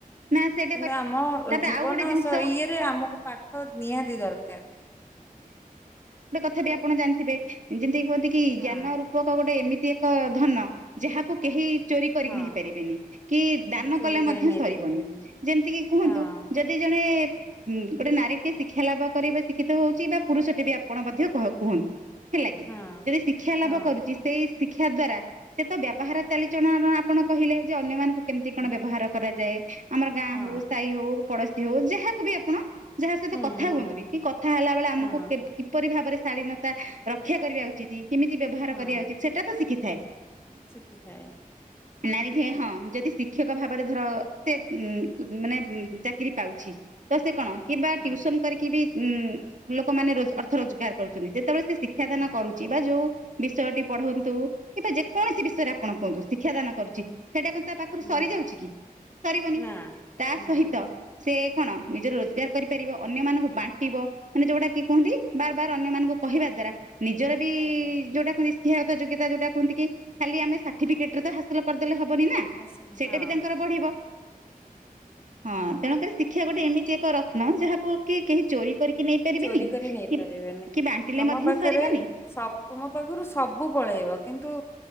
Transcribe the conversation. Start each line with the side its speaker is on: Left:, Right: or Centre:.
Right: ନା ସେଇଟା
Left: କିନ୍ତୁ
Right: କରି
Left: ଆମ
Right: ତାପରେ
Left: ଜୀବନ
Right: ଆଉ ଗୋଟେ ଜିନିଷ
Left: ଇଏରେ ଆମକୁ ଓ ନିହାତି ଦରକାର।
Right: ଥା ବିି ଆପଣ ଜାଣିଥିବେ ଯେମିତି କୁହନ୍ତି କି
Left: ହଁ
Right: ଜ୍ଞାନ ରୂପକ ଗୋଟେ ଏମିତି ଏକ ଧନ ଯାହାକୁ କେହି ଚୋରି କରିକି
Left: ହଁ
Right: ନେଇପାରିବେନି କି ଦାନ
Left: ଚୋରି
Right: କଲେ
Left: କରି
Right: ମଧ୍ୟ
Left: ନେଇପାରିବେନି
Right: ସରିବନି ଯେମିତିକି କୁହନ୍ତୁ
Left: ହଁ
Right: ଯଦି ଜଣେ ହୁଁ ଗୋଟେ ନାରୀ ଟିଏ ଶିକ୍ଷା ଲାଭ କରିବେ। ଶିକ୍ଷିତ ହଉଛି ବା ପୁରୁଷ ଟଟି ବି ଆପଣ ମଧ୍ୟ କୁହନ୍ତୁ। ହେଲା କିି
Left: ହଁ
Right: ଯଦି ଶିକ୍ଷା ଲାଭ
Left: ହଁ
Right: କରୁଛି ସେଇ ଶିକ୍ଷା ଦ୍ଵାରା ସେ ତ ବ୍ୟବହାର ଚାଲିଚଳଣ ଆପଣ କହିଲେ ଯେ ଅନ୍ୟମାନଙ୍କୁ କେମିତି
Left: ହଁ
Right: କଣ ବ୍ୟବହାର କରାଯାଏ? ଆମର ଗାଁ
Left: ହଁ
Right: ହଉ ସାହି ହଉ। ପଡୋଶୀ ହଉ ଯାହାକୁ ବି ଆପଣ ଯାହା ସହିତ
Left: ହୁଁ
Right: କଥା
Left: ହୁଁ
Right: କୁହନ୍ତୁ ବି। କି କଥା ହେଲା ବେଳେ ଆମକୁ
Left: ହଁ
Right: କିପରି ଭାବରେ ଶାଳିନତା ରକ୍ଷା କରିବା ଉଚିତ୍। କେମିତି ବ୍ୟବହାର
Left: ହଁ
Right: କରିବା ଉଚିତ ସେଟା ତ ଶିଖି
Left: ଶିଖିଥାଏ।
Right: ନାରୀ ଟିଏ ହଁ ଯଦି ଶିକ୍ଷକ ଭାବରେ ଧର ସେ ଉ ମାନେ ଚାକିରୀ ପାଉଛି ତ ସେ କଣ? କିମ୍ବା
Left: ହଁ
Right: ଟିଉସନ କରିକି ବି ଉଁ ଲୋକମାନେ ଅର୍ଥ ରୋଜଗାର କରୁଛନ୍ତି ଯେ ଯେତେବେଳେ ସେ ଶିକ୍ଷାଦାନ
Left: ହଁ
Right: କରୁଛି ବା ଯୋଉ ବିଷୟଟି ପଢ଼ନ୍ତୁ କିମ୍ବା ଯେକୌଣସି ବିଷୟରେ ଆପଣ କୁହନ୍ତୁ ଶିକ୍ଷା ଦାନ କରୁଛି। ସେଇଟା କିନ୍ତୁ ତା ପାଖରୁ
Left: ହୁଁ
Right: ସରିଯାଉଛି କି ସରିବନି
Left: ନା
Right: ତା
Left: ହୁଁ
Right: ସହିତ ସେ କଣ ନିଜର ରୋଜଗାର କରିପାରିବ ଅନ୍ୟ ମାନଙ୍କୁ ବାଣ୍ଟି ଣ୍ଟିବ ମାନେ ଯୋଉଟା କି କୁହନ୍ତି ବାର ବାର ଅନ୍ୟମାନଙ୍କୁ କହିବା ଦ୍ଵାରା ନିଜର ବି
Left: ଆଜ୍ଞା
Right: ଯୋଉଟାକୁ ତ ଯୋଗିତା ଯୋଉଟା କୁହନ୍ତି କି ଖାଲି ଆମେ ସାର୍ଟିଫିକେଟ ରେ ହାସ କରିଦଲେ ହବ ନି ନା
Left: ଆସିକି
Right: ସେଟା
Left: ହଁ
Right: ବି ତାଙ୍କର ବଢିବ ହଁ ତେଣୁକରି ଶିକ୍ଷା
Left: ହଁ
Right: ଗୋଟେ ଏମିତି ଏକ ନା ଯାହାକୁ କି କେହି ଚୋରି କରିକି ନେଇପାରିବେନି
Left: ଚୋରି କରି ନେଇ
Right: କି
Left: ପାରିବେନି
Right: କି ବାଣ୍ଟିଲେ
Left: ତମ
Right: ମଧ୍ୟ
Left: ପାଖରେ
Right: ସରିବନି
Left: ତୁମ ପାଖରୁ ସବୁ ପଳେଇବ କିନ୍ତୁ